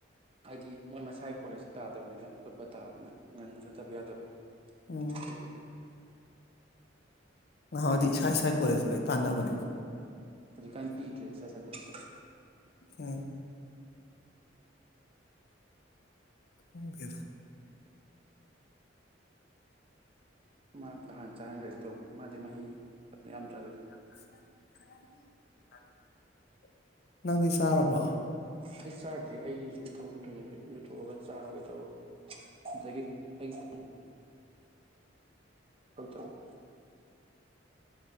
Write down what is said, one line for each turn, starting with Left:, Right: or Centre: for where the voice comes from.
Right: ꯍꯥꯏꯗꯤ ꯃꯣꯏ ꯃꯁꯥꯏ ꯀꯣꯂꯦꯖ ꯇꯥꯗꯕꯅꯤꯅ ꯑꯇꯣꯞꯄ ꯇꯥꯕꯅꯤꯅ ꯉꯟꯅ ꯆꯠ ꯆꯠꯇꯕ ꯌꯥꯗꯕ
Left: ꯎꯝ
Right: ꯑꯗꯨꯗꯨꯒꯤ
Left: ꯉꯍꯥꯋꯥꯢꯗꯤ ꯏꯁꯥ ꯏꯁꯥꯒꯤ ꯀꯣꯂꯦꯖ ꯇꯥ ꯂꯣꯢ ꯇꯥꯅꯕꯅꯤ
Right: ꯍꯧꯖꯤꯛꯀꯥꯟ ꯄꯤꯗ꯭ꯔꯦ ꯏꯁꯥ ꯏꯁꯥꯒꯤ ꯀꯣꯂꯦꯖꯇ
Left: ꯎꯝ ꯈꯪ ꯗꯦꯗ
Right: ꯃꯥ ꯑꯝꯇ ꯍꯥꯟ ꯆꯥꯍꯟꯈ꯭ꯔꯒꯦ ꯇꯧꯕꯅꯤ ꯃꯥꯗꯤ ꯃꯍꯤ ꯃꯌꯥꯝ ꯆꯥ ꯂꯣꯢꯁꯤ
Left: <unintelligible> <inaudible> ꯅꯪꯗꯤ ꯇꯥꯔꯕꯣ
Right: ꯑꯩꯪ ꯁꯥꯔ꯭ꯠ ꯑꯩꯁꯨ ꯊꯕꯛ ꯆꯠꯇꯣꯢꯅꯤ <unintelligible> ꯊꯣꯛꯑꯒ ꯆꯥꯔꯒꯦ ꯇꯧꯕ ꯑꯗꯒꯤ ꯑꯩꯒꯤ <unintelligible> <unintelligible>